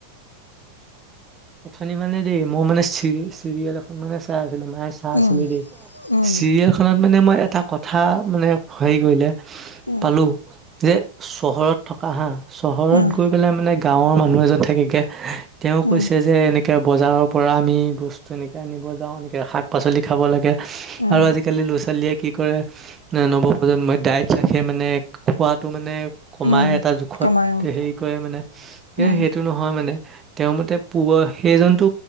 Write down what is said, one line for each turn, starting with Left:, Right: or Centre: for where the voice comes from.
Right: অথনি মানে দেই মই মানে চিৰি-চিৰিয়েল এখন মানে চাই আছ ম চা
Left: উম,
Right: চমি দেই
Left: উম।
Right: চিৰিয়েল খনত মানে মই এটা কথা মানে হেৰি কৰিলে।
Left: উম।
Right: পালো যে চহৰত থকা হা চহৰত
Left: উম,
Right: গৈ পেলাই মানে- গাঁৱৰ মানুহ এজন থাকেগে তেওঁ
Left: উম,
Right: কৈছে। যে এনেকে বজাৰৰ পৰা আমি বস্তু এনেকে আনিব যাওঁ, এনেকে শাক পাচলি খাব লাগে।
Left: উম,
Right: আৰু আজি আজিকালি ল'ৰা-ছোৱালীয়ে কি কৰে, নৱপ্ৰজন্মই ডাইট ৰাখে, মানে খোৱাতটো মানে কমাই
Left: উম,
Right: এটা জোখত
Left: কমাই অ',
Right: হেৰি কৰে মানে। কি
Left: উম,
Right: সেইটো নহয় মানে তেওঁ মতে পোৱা সেইজনো